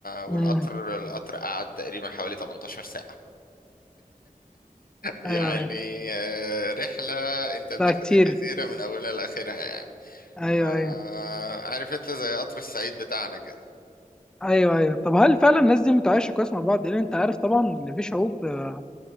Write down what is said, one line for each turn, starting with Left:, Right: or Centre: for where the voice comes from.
Left: والقطر
Centre: امم
Left: القطر قعد تقريبا حوالي 18 ساعة يعني
Centre: ايوه ايوه
Left: آه، رحلة انت بتاخد
Centre: لا كتير
Left: الجزيرة من اولها لاخرها يعني
Centre: ايوه
Left: ف-
Centre: ايوه
Left: عارف انت زي قطر الصعيد بتاعنا كده
Centre: ايوه ايوه طب هل فعلا الناس دي متعايشه كويس مع بعض لان انت عارف طبعا ان في شعوب آه،